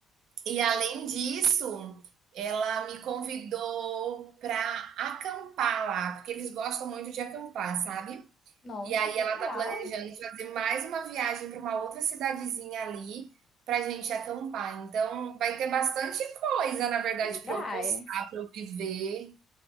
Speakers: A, on the right; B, on the left.
A: E além disso, ela me convidou para acampar lá, porque eles gostam muito de acampar, sabe?
B: Nossa,
A: E aí
B: que
A: ela
B: legal.
A: tá planejando fazer mais uma viagem para uma outra cidadezinha ali pra gente acampar. Então vai ter bastante coisa, na verdade, para
B: Vai.
A: eu postar, para eu viver.